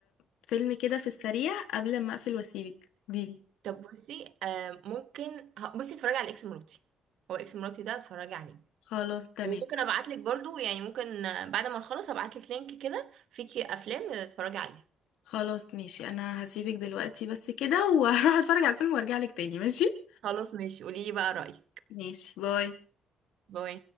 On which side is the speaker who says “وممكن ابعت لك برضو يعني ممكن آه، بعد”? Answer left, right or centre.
Right